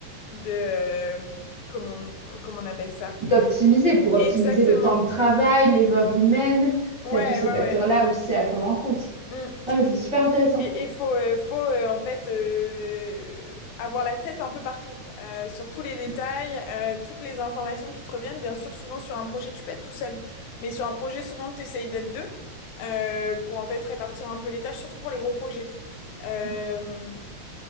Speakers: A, on the left; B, on the right.
A: de euh, comment on, comment on appelle ça?
B: d'optimiser pour optimiser
A: Exactement.
B: le temps de travail, l'erreur humaine.
A: Ouais,
B: Il y a tous ces
A: ouais,
B: facteurs-là
A: ouais.
B: aussi à prendre en compte.
A: Mm.
B: Non, mais c'est super intéressant.
A: Et il faut, euh, faut euh, en fait euh, avoir la tête un peu partout, euh, sur tous les détails,
B: Mm.
A: euh, toutes les informations qui te reviennent. Bien sûr, souvent sur un projet, tu peux être tout seul, mais sur un projet, souvent, tu essayes d'être deux euh, pour en fait répartir un peu les tâches, surtout pour les gros projets. Euh,
B: Mhm.